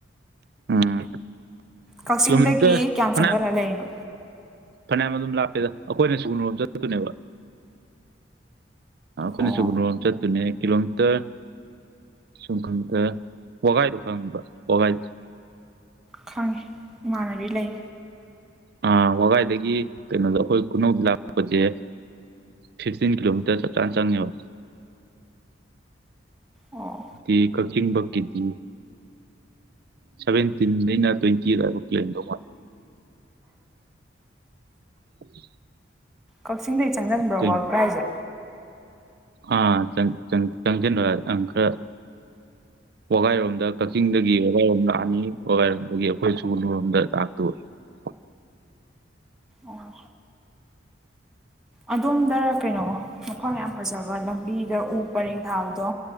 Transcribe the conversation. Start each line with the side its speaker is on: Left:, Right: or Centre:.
Right: ꯎꯝ
Centre: ꯀꯛꯆꯤꯡꯗꯒꯤ
Right: ꯀꯤꯂꯣꯃꯤꯇꯔ
Centre: ꯀꯌꯥꯝ
Right: ꯐꯅꯌꯥꯝ
Centre: ꯆꯪꯁꯤꯜꯂ ꯂꯩꯅꯣ
Right: ꯐꯅꯌꯥꯝ ꯑꯗꯨꯝ ꯂꯥꯞꯇꯦꯗ ꯑꯩꯈꯣꯏꯅ ꯁꯤꯒꯨꯝꯅꯣꯝ ꯆꯛꯇꯅꯦꯕ ꯑꯩꯈꯣꯏꯅ
Centre: ꯑꯣ
Right: ꯁꯒꯟꯔꯣꯝ ꯆꯠꯇꯨꯅꯦ ꯀꯤꯂꯣꯃꯤꯇꯔ ꯁꯨꯝ ꯈꯪꯗ ꯋꯥꯒꯥꯏꯗꯣ ꯈꯪꯕ ꯋꯥꯒꯥꯏꯗꯨ
Centre: ꯈꯪꯉꯦ ꯏꯃꯥꯟꯅꯕꯤ ꯂꯩ
Right: ꯑ ꯋꯥꯒꯥꯏꯗꯒꯤ ꯀꯩꯅꯣꯗꯣ ꯑꯩꯈꯣꯏ ꯈꯨꯅꯧꯗ ꯂꯥꯛꯄꯁꯦ ꯐꯤꯁꯇꯤꯟ ꯀꯤꯂꯣꯃꯤꯇꯔ ꯆ ꯆꯥꯟꯁ ꯆꯥꯡꯦꯕ
Centre: ꯑꯣ
Right: ꯤ ꯀꯛꯆꯤꯡꯕꯀꯤꯇ ꯁꯚꯦꯟꯇꯤꯟꯗꯩꯅ ꯇ꯭ꯋꯦꯟꯇꯤꯒꯕ ꯄ꯭ꯂꯦꯟꯗꯧ ꯃꯥꯦ <unintelligible>
Centre: ꯀꯛꯆꯤꯡꯗꯒꯤ ꯆꯪꯁꯤꯟꯕ꯭ꯔꯥ
Right: ꯇ꯭ꯋꯦꯟ
Centre: ꯋꯥꯔꯜ ꯀ꯭ꯔꯥꯏꯁꯦ
Right: ꯑꯥ ꯆꯪꯁꯤꯟꯣꯪ ꯈꯔ ꯋꯥꯒꯥꯏꯔꯣꯝꯗ ꯀꯛꯆꯤꯡꯗꯒꯤ ꯋꯥꯒꯥꯏꯔꯣꯝ ꯂꯥꯛꯑꯅꯤ ꯋꯥꯒꯥꯏꯔꯣꯝꯗꯒꯤ ꯑꯩꯈꯣꯏ ꯁꯨꯅꯔꯣꯝꯗ ꯂꯥꯛꯇꯕ <unintelligible>
Centre: ꯑꯣ ꯑꯗꯣꯝꯗ ꯀꯩꯅꯣ ꯃꯐꯝ ꯌꯥꯝ ꯐꯖꯕ ꯂꯝꯕꯤꯗ ꯎ ꯄꯔꯦꯡ ꯊꯥꯕꯗꯣ